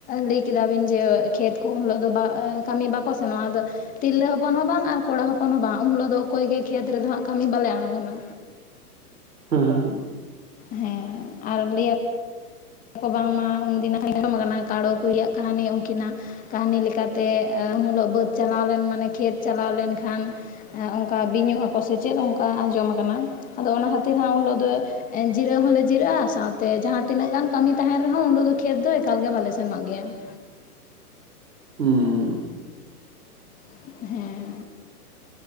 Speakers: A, on the left (about 15°); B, on the right (about 90°).
A: ᱞᱟᱹᱭ ᱠᱮᱫᱟᱵᱤᱱ ᱡᱮ ᱠᱷᱮᱛ ᱠᱚ ᱩᱱ ᱦᱤᱞᱚᱜ ᱫᱚ ᱠᱟᱹᱢᱤ ᱵᱟᱠᱚ ᱥᱮᱱᱚᱜᱼᱟ ᱟᱫᱚ ᱛᱤᱨᱞᱟᱹ ᱦᱚᱯᱚᱱ ᱦᱚᱸ ᱵᱟᱝ ᱟᱨ ᱠᱚᱲᱟ ᱦᱚᱯᱚᱱ ᱦᱚᱸ ᱵᱟᱝ ᱩᱱ ᱦᱤᱞᱳᱜ ᱫᱚ ᱚᱠᱚᱭ ᱜᱮ ᱠᱷᱮᱛ ᱨᱮᱫᱚ ᱦᱟᱸᱜ ᱠᱟᱹᱢᱤ ᱵᱟᱞᱮ ᱟᱬᱜᱚᱱᱟ᱾
B: ᱦᱩᱸ ᱦᱩᱸ
A: ᱦᱮᱸ ᱟᱨ ᱞᱟᱹᱭ ᱠᱚ ᱵᱟᱝᱢᱟ ᱩᱱᱫᱤᱱᱟᱜ ᱟᱡᱚᱢ ᱠᱟᱱᱟ ᱠᱟᱬᱳ ᱠᱩᱭᱟᱜ ᱠᱟᱦᱱᱤ ᱩᱱᱠᱤᱱᱟᱜ ᱠᱟᱹᱦᱱᱤ ᱞᱮᱠᱟᱛᱮ ᱩᱱᱦᱤᱞᱳᱜ ᱵᱟᱹᱫ ᱪᱟᱞᱟᱣ ᱞᱮᱱ ᱢᱟᱱᱮ ᱠᱷᱮᱛ ᱪᱟᱞᱟᱣ ᱞᱮᱱᱠᱷᱟᱱ ᱦᱮᱸ ᱚᱱᱠᱟ ᱵᱤᱧᱚᱜ ᱟᱠᱚ ᱥᱮᱪᱮᱫ ᱚᱱᱠᱟ ᱟᱸᱡᱚᱢ ᱟᱠᱟᱱᱟ ᱟᱫᱚ ᱚᱱᱟ ᱠᱷᱟᱹᱛᱤᱨ ᱦᱟᱜᱸ ᱩᱱ ᱦᱤᱞᱳᱜ ᱫᱚ ᱡᱤᱨᱟᱹᱣ ᱦᱚᱸᱞᱮ ᱡᱤᱨᱟᱹᱜᱼᱟ ᱥᱟᱶᱛᱮ ᱡᱟᱦᱟᱸ ᱛᱤᱱᱟᱹᱜ ᱜᱟᱱ ᱠᱟᱹᱢᱤ ᱛᱟᱦᱮᱱ ᱨᱮᱦᱚᱸ ᱩᱱ ᱦᱤᱞᱳᱜ ᱫᱚ ᱠᱷᱮᱛ ᱫᱚ ᱮᱠᱟᱞ ᱜᱮ ᱵᱟᱞᱮ ᱥᱮᱱᱚᱜ ᱜᱮᱭᱟ ᱾
B: ᱦᱩᱸ ᱾
A: ᱦᱮᱸ ᱾